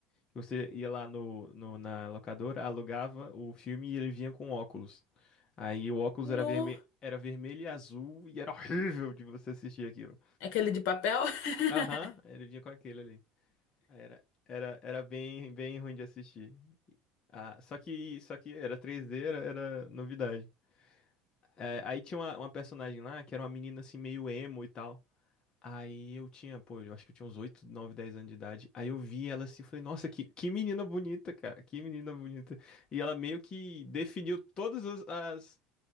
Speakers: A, on the left; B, on the left.
A: que Você ia lá no, no- na locadora, alugava o filme e ele vinha com óculos. Aí o óculos
B: No.
A: era vermelho, era vermelho e azul e era <laughs> horrível de você assistir aquilo.
B: Aquele de papel? <laughs>
A: Aham, ele vinha com aquele ali. Aí Era, era, era bem, bem ruim de assistir. Ah, só que, só que era 3D, era, era novidade. É, aí tinha uma, uma personagem lá que era uma menina assim meio emo e tal. Aí eu tinha, pô, eu acho que eu tinha uns 8, 9, 10 anos de idade. Aí eu vi ela assim, eu falei, nossa, que, que menina bonita, cara, que menina bonita. E ela meio que definiu todas as, as,